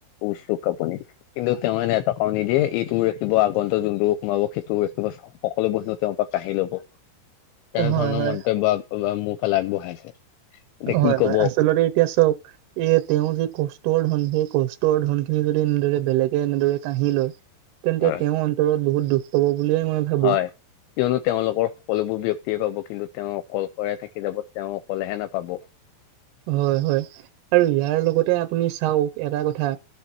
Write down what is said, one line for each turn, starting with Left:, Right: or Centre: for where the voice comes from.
Left: উছুক আপুনি। কিন্তু তেওঁ এনে এটকাও নিদিয়ে, এইটোও ৰাখিব আগন্তু যোনটো সোমাব সেইটোও ৰাখিব সকলো বন্ধু তেওঁৰ পৰা কাঢ়ি লব, তেনেধৰণৰ
Right: হয় হয়
Left: ম বাৰ্তালাপ মোৰ ফালে আগবঢ়াইছে। এতিয়া কি
Right: হয়
Left: কব
Right: হয় আচলতে এতিয়া চওক, এ তেওঁৰ যি কষ্টৰ ধন, সেই কষ্টৰ ধন খিনি যদি এনেদৰে বেলেগে এনেদৰে কাঢ়ি লয়। তেন্তে
Left: হয়
Right: তেওঁৰ অন্তৰত বহুত দুখ পাব বুলিয়ে মই ভাবো
Left: হয় কিয়নো তেওঁলোকৰ সকলোবোৰ বয়ক্তিয়ে পাব, কিন্তু তেওঁ অকলশৰে থাকি যাব তেওঁ অকলেহে নোপাব।
Right: হয় হয় আৰু ইয়াৰ লগতে আপুনি চাওক, এটা কথা